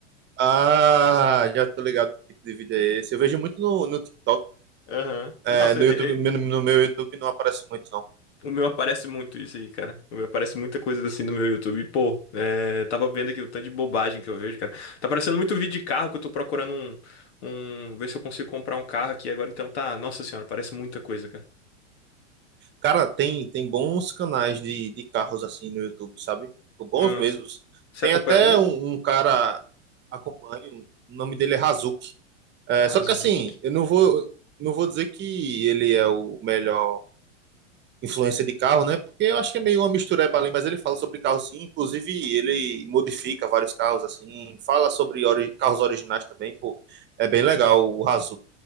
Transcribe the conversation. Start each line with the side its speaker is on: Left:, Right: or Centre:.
Right: Ah, já tô ligado que tipo de vídeo é esse. Eu vejo muito no, no TikTok.
Left: Aham.
Right: É,
Left: Nossa,
Right: no
Left: é,
Right: YouTube,
Left: é,
Right: no, no meu YouTube não aparece muito, não.
Left: O meu aparece muito isso aí, cara. O meu aparece muita coisa assim no meu YouTube. Pô, é, tava vendo aqui o tanto de bobagem que eu vejo, cara. Tá aparecendo muito vídeo de carro que eu tô procurando um, um, ver se eu consigo comprar um carro aqui agora. Então tá, nossa senhora, parece muita coisa, cara.
Right: Cara, tem, tem bons canais de, de carros assim no YouTube, sabe? Bons
Left: Ah,
Right: mesmos.
Left: você
Right: Tem
Left: acompanha
Right: até
Left: algum?
Right: um, um cara, acompanho, o nome dele é Razuki. É,
Left: Arrasou.
Right: só que assim, eu não vou, não vou dizer que ele é o melhor influência de carro, né? Porque eu acho que é meio uma mistureba ali, mas ele fala sobre carro sim, inclusive ele modifica vários carros assim, fala sobre ori- carros originais também, pô. É bem legal o Razoo.